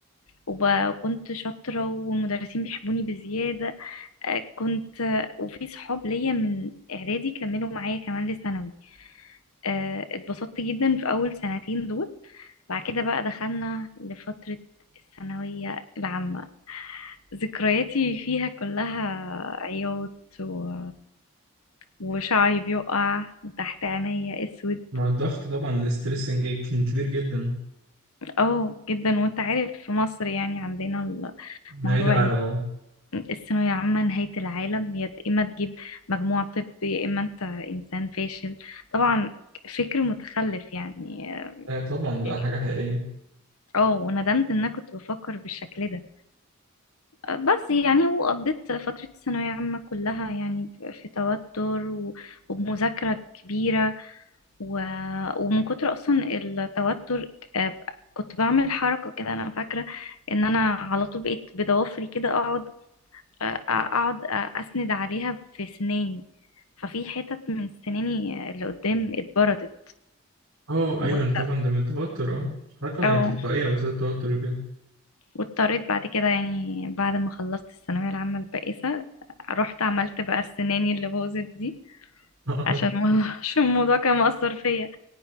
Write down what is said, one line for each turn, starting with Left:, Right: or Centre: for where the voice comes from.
Left: وب... وكنت شاطرة والمدرسين بيحبوني بزيادة آه، كنت آه، وفي صحاب ليا من إعدادي كملوا معايا كمان لثانوي آه، اتبسطت جدا في أول سنتين دول بعد كده بقى دخلنا لفترة الثانوية العامة ذكرياتي فيها كلها عياط و... وشعري بيقع وتحت عينيا اسود
Right: مع الضغط طبعا الاسترس إنج- كان كبير جدا
Left: اه جدا وانت عارف في مصر يعني عندنا
Right: نهاية
Left: الموضوع
Right: العالم
Left: ان
Right: اه
Left: الثانوية العامة نهاية العالم يا اما تجيب مجموع طب يا اما انت انسان فاشل طبعا فكر متخلف يعني
Right: آه، طبعا ده
Left: يعني
Right: حاجة حقيقية
Left: اه وندمت ان انا كنت بفكر بالشكل ده بس يعني وقضيت فترة الثانوية عامة كلها يعني في توتر و- وبمذاكرة كبيرة و... ومن كتر أصلا التوتر آه، كنت بعمل حركة كده أنا فاكرة إن أنا على طول بقيت بضوافري كده أقعد آه، أقعد آه، أسند عليها في سناني ففي حتت من سناني اللي قدام اتبردت
Right: اه ايوه
Left: وات-
Right: طبعا ده من التوتر اه حركة يعني
Left: أو-
Right: تلقائية بس التوتر وكده
Left: واضطريت بعد كده يعني بعد ما خلصت الثانوية العامة البائسة رحت عملت بقى السناني اللي باظت دي
Right: <laughs> اه
Left: عشان الموضوع <laughs> عشان الموضوع كان مأثر فيا